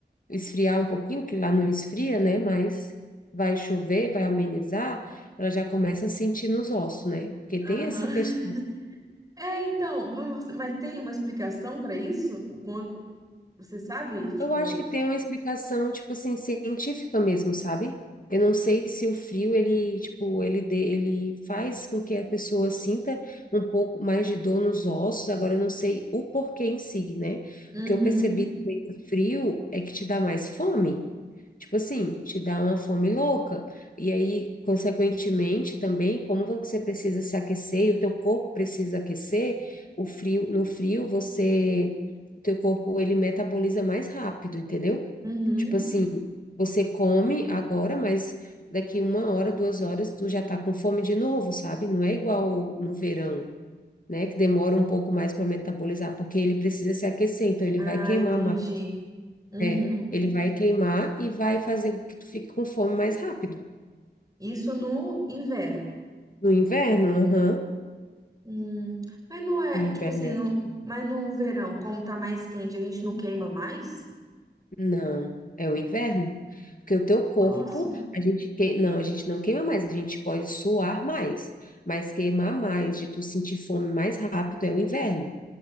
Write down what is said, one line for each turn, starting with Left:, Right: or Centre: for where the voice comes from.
Left: esfriar um pouquinho, que lá não esfria, né? Mas vai chover, vai amenizar, ela já começa a sentir nos ossos, né? Porque tem
Right: Aham.
Left: essa questão.
Right: É, então, vamos, mas tem uma explicação para isso? O quanto, Você sabe? Tipo,
Left: Eu acho que tem uma explicação, tipo assim, científica mesmo, sabe? Eu não sei se o frio, ele, tipo, ele, dê- ele faz com que a pessoa sinta um pouco mais de dor nos ossos, agora eu não sei o porquê em si, né?
Right: uhum,
Left: O que eu percebi também do frio é que te dá mais fome. Tipo assim, te dá uma fome louca. E aí, consequentemente, também, como você precisa se aquecer e o teu corpo precisa aquecer, o frio, no frio você o teu corpo ele metaboliza mais rápido, entendeu?
Right: uhum.
Left: Tipo assim, você come agora, mas daqui uma hora, duas horas, tu já tá com fome de novo, sabe? Não é igual no verão, né? Que demora um pouco mais para metabolizar, porque ele precisa se aquecer, então ele
Right: Ah,
Left: vai queimar
Right: entendi.
Left: mais.
Right: Uhum.
Left: É, ele vai queimar e vai fazer com que tu fique com fome mais rápido.
Right: Isso no inverno.
Left: No inverno, aham.
Right: Hum, Mas não é,
Left: No inverno
Right: tipo assim,
Left: é
Right: no,
Left: assim.
Right: mas no verão, como tá mais quente, a gente não queima mais?
Left: Não, é o inverno. Porque o teu corpo,
Right: Nossa.
Left: a gente que... não, a gente não queima mais, a gente pode suar mais, mas queimar mais, de tu sentir fome mais rápido é o inverno.